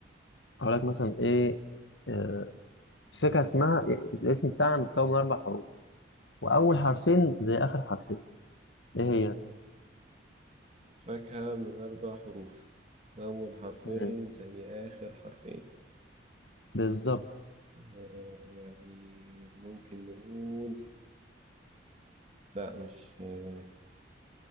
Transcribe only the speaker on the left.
هقول لك مثلا إيه آه... فكرة اسمها الاسم بتاعها متكون من أربع حروف واول حرفين زي اخر حرفين ايه هي
مم.
بالظبط